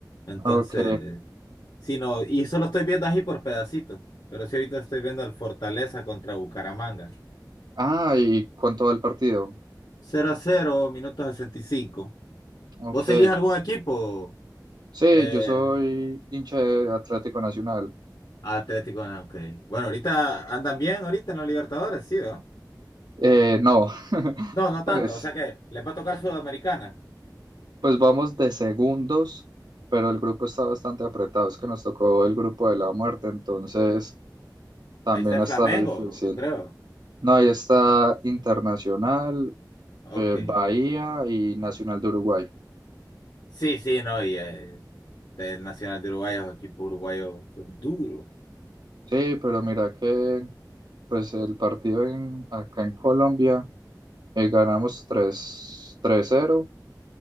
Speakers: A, on the left (about 75°); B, on the right (about 75°).
A: Entonces,
B: Ok.
A: sí, no, y solo estoy viendo así por pedacitos, pero sí ahorita estoy viendo el Fortaleza contra Bucaramanga.
B: Ah, ¿y cuánto va el partido?
A: Cero a 0, minuto 65.
B: Ok.
A: ¿Vos seguís algún equipo?
B: Sí,
A: Eh,
B: yo soy hincha de Atlético Nacional.
A: Ah, Atlético, ah, ok. Bueno, ahorita andan bien, ahorita en los Libertadores, sí, ¿verdad?
B: Eh, no, <laughs>
A: No, no
B: pues,
A: tanto, o sea que les va a tocar Sudamericana.
B: pues vamos de segundos, pero el grupo está bastante apretado. Es que nos tocó el grupo de la muerte, entonces también
A: Ahí está el
B: ha estado
A: Flamengo,
B: difícil.
A: creo.
B: No, ahí está Internacional,
A: Ok.
B: eh, Bahía y Nacional de Uruguay.
A: Sí, sí, no, y eh, este, el Nacional de Uruguay, los equipos uruguayos son duros.
B: Sí, pero mira que pues el partido en, acá en Colombia eh, ganamos tres tres cero,